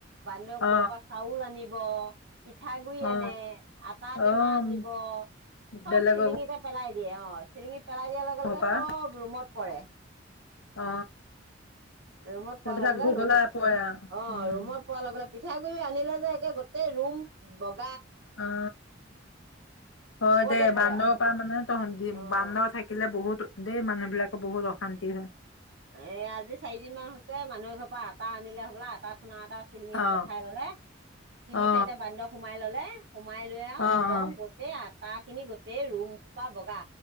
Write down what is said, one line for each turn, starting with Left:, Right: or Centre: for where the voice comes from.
Right: বান্দৰে
Left: অ
Right: কৰ'বাৰ পৰা চাউল আনিব পিঠাগুৰি
Left: অ অ
Right: আনে, আটা টেমা
Left: অ উম,
Right: আনিব। চব
Left: বেলেগৰ
Right: চিলিঙিতে পেলাই দিয়ে অ চিলিঙিত পেলাই দিয়াৰ লগে-
Left: ঘৰৰ
Right: লগে
Left: পৰা
Right: চব ৰুমত পৰে।
Left: অ।
Right: ৰুমত
Left: সেইবিলাক
Right: পৰা লগে-লগে,
Left: ঘুগলা
Right: ৰুম
Left: পৰে আৰু
Right: অ
Left: উম
Right: ৰুমত পৰা লগে পিঠাগুড়ি আনিলে যে একে গোটেই ৰুম বগ
Left: অ হয়
Right: চবতে
Left: দে।
Right: পৰে
Left: বান্দৰৰ
Right: আৰু
Left: পৰা মানে তহ
Right: অ',
Left: বান্দৰ থাকিলে বহুত দেই মানুহ বিলাকে বহুত অশান্তি হয়।
Right: এ আজি চাৰিদিন মান হৈছে মানুহে এ ঘৰৰ পৰা আটা আনিলে হবলা আটা আটা চিলিঙিৰ
Left: অ
Right: ওপৰত উঠাই ললে। তিনি-চাৰিটা
Left: অ
Right: বান্দৰ সোমাই ললে সোমাই লৈ আও
Left: অ অ
Right: একদম গোটেই আট তাহ খিনি গোটেই ৰুম খোপা বগা।